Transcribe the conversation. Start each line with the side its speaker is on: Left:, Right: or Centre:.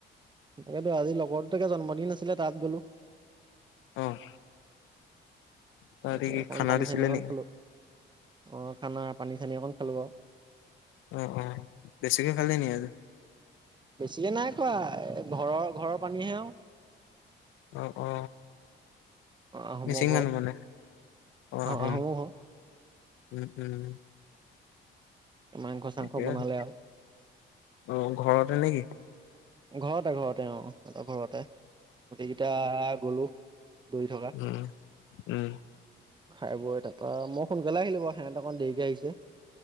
Right: তাকেতো আজি লগৰ তাকে জন্মদিন আছিলে তাত গ'লো।
Left: অ', তহঁতি
Right: তাতে
Left: কি
Right: অকণমান
Left: খানা
Right: পানী
Left: দিছিলে
Right: চানী অকমান
Left: নেকি?
Right: খালোঁ, অ, খানা পানী চানী অকণমান খালোঁ আৰু।
Left: উম, উম, বেছিকে খালি নেকী?
Right: বেছিকে নাই খোৱা ঘৰৰ-ঘৰৰ পানীহে আউ।
Left: অ', অ,
Right: অ আহোমৰ
Left: মিচিং
Right: ঘৰ
Left: মানুহ মানে। অ
Right: আহ
Left: হ
Right: আহোমৰ ঘৰ
Left: উম, উম।
Right: মাংস চাংস
Left: ঠিকে
Right: বনালে
Left: আছে আহ ঘৰতে নেকি?
Right: ঘৰতে-ঘৰতে অ, সিহতৰ ঘৰতে। গোটেই কেইটা গ'লো দৌৰি থকা।
Left: উম, উম,
Right: খাই বৈ তাৰপৰা মই সোনকালে আহিলোঁ বাৰু সিহঁতে অকণ দেৰিকে আহিছে।